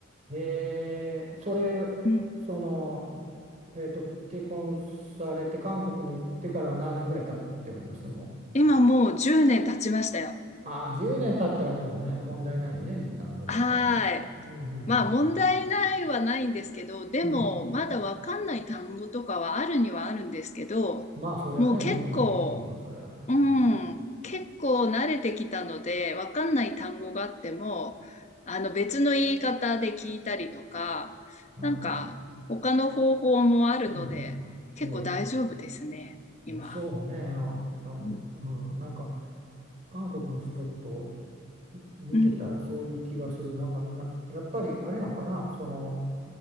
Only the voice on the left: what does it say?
うん。
今もう10年経ちましたよ。
はーい。
まあ問題ないはないんですけど、でもまだわかんない単語とかはあるにはあるんですけど、
もう結構
うん、
結構慣れてきたので、わかんない単語があっても、あの別の言い方で聞いたりとか、
なんか他の方法もあるので、
結構大丈夫ですね、
今。
うん、
うん、